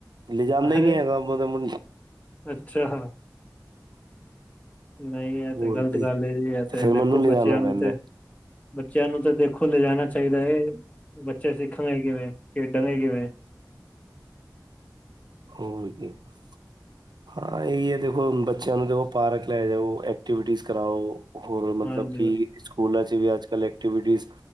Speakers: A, on the right; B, on the left.
A: ਲਿਜਾਂਦਾ ਈ
B: ਅਰੇ
A: ਨੀ ਹੈਗਾ ਮਤਲਬ ਮੁੰ
B: ਅੱਛਾ। ਨਈ ਐ
A: ਹੋਰ
B: ਤੇ ਗਲਤ
A: ਕੀ
B: ਗੱਲ ਏ ਜੀ ਐ ਤੇ
A: ਫੇਰ ਮੈਨੂੰ
B: ਦੇਖੋ
A: ਲਿਜਾਣਾ
B: ਬੱਚਿਆਂ
A: ਪੈਂਦਾ
B: ਨੂੰ ਤੇ ਬੱਚਿਆਂ ਨੂੰ ਤੇ ਦੇਖੋ ਲਿਜਾਨਾ ਚਾਈਦਾ ਏ। ਬੱਚੇ ਸਿੱਖਾਂਗੇ ਕਿਵੇਂ? ਖੇਡਾਂਗੇ ਕਿਵੇਂ?
A: ਹੋਰ ਇੱਕ ਹਾਂ, ਆ ਈ ਐ ਦੇਖੋ ਬੱਚਿਆਂ ਨੂੰ ਦੇਖੋ ਪਾਰਕ ਲੈ ਜਾਓ, ਐਕਟੀਵਿਟੀਜ਼ ਕਰਾਓ। ਹੋਰ ਮਤਲਬ
B: ਹਾਂਜੀ
A: ਕਿ ਸਕੂਲਾਂ 'ਚ ਵੀ ਅੱਜ-ਕੱਲ ਐਕਟੀਵਿਟੀਜ਼